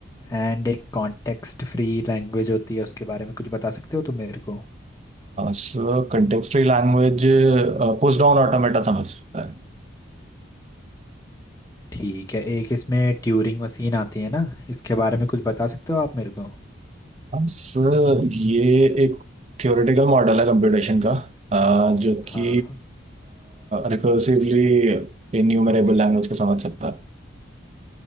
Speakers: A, on the left; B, on the right.
A: एंड एक कॉन्टेक्स्ट फ्री लैंग्वेज होती है उसके बारे में कुछ बता सकते हो तुम मेरे को
B: Sir context free language push down automata समझता है
A: ठीक है एक इसमें ट्यूरिंग मशीन आती है ना इसके बारे में कुछ बता सकते हो आप मेरे को
B: अब सर ये एक थ्योरेटिकल मॉडल है कंप्यूटेशन का अ, जो
A: हाँ
B: कि रिकर्सिवली इन्यूमरेबल लैंग्वेज को समझ सकता है